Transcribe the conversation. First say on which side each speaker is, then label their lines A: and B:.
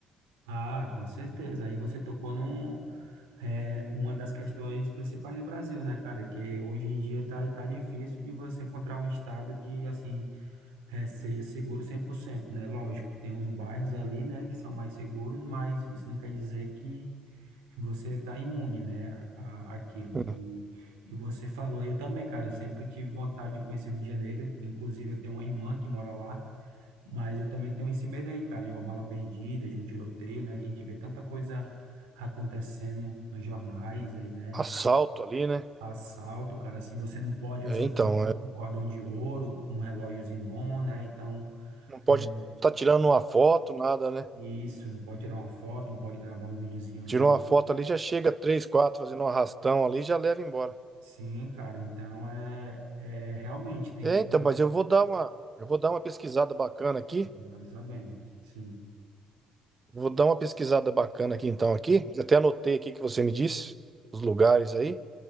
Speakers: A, on the right; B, on the right.
A: Ah, com certeza. Aí você tocou num, é, uma das questões principais do Brasil, né, cara? Que hoje em dia tá, tá difícil de você encontrar um estado que, assim, É, seja seguro cem por cento né? Lógico, tem os bairros ali, né, que são mais seguros, mas isso não quer dizer que você está imune, né, a, aquilo.
B: Hum.
A: E, e você falou, eu também, cara, eu sempre tive vontade de conhecer o Rio de Janeiro, inclusive eu tenho uma irmã que mora lá, mas eu também tenho esse medo aí, cara, de uma bala perdida, de um tiroteio, né, que a gente vê tanta coisa acontecendo nos jornais aí, né?
B: Assalto ali, né?
A: Assalto, cara, assim, você não pode
B: É,
A: usar
B: então, é,
A: um cordão de ouro, um relógiozinho bom, né? Então,
B: não pode
A: é,
B: estar tirando uma foto, nada, né?
A: Isso, não pode tirar uma foto, não pode gravar um videozinho ali.
B: Tirou uma foto ali, já chega três, quatro fazendo um arrastão ali, e já leva embora.
A: Sim, cara, então é, é realmente tem
B: É,
A: que,
B: então, mas eu vou dar uma, eu vou dar uma pesquisada bacana aqui.
A: tem que analisar bem, sim.
B: Vou dar uma pesquisada bacana aqui então aqui. Até anotei aqui que você me disse os lugares aí